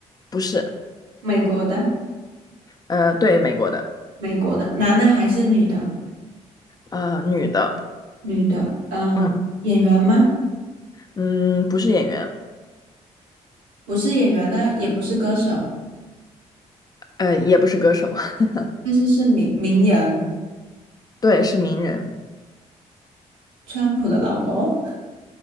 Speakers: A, on the left; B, on the right.
A: 不是，
B: 美国的，
A: 呃，对，美国的，
B: 美国的，男的还是女的？
A: 呃，女的，
B: 女的，呃，
A: 嗯
B: 演员吗？
A: 嗯，不是演员。
B: 不是演员呢，也不是歌手，
A: 呃，也不是歌手，<laughs>
B: 但是是名名人，
A: 对，是名人。
B: 川普的老婆，